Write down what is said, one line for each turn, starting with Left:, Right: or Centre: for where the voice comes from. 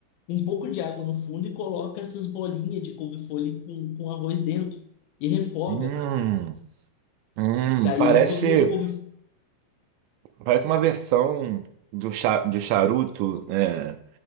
Left: um pouco de água no fundo e coloca essas bolinhas de couve-folha com, com arroz dentro e refoga.
Right: Hum, hum,
Left: Daí
Right: parece,
Left: quando o couve
Right: parece uma versão do, cha, do charuto, é,